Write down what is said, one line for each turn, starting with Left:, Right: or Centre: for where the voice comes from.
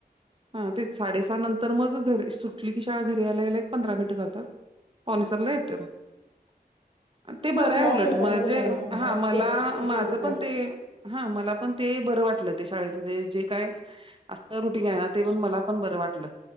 Right: हा तेच साडेसहा नंतर मग घरी सुटली की शाळा घरी यायला एक पंधरा मिनिटं लागतात. पावणे सातला येतात मग. ते
Left: हा
Right: बरंय
Left: घरात
Right: उलट
Left: तसाही
Right: म्हणजे
Left: मुलांचा अभ्यास
Right: हा मला
Left: व्यवस्थित होत
Right: माझं
Left: नाही.
Right: पण ते- हा मला पण ते बरं वाटलं ते- शाळेच जे जे काय असत रुटीन आहे ना ते मग मला पण बर वाटलं.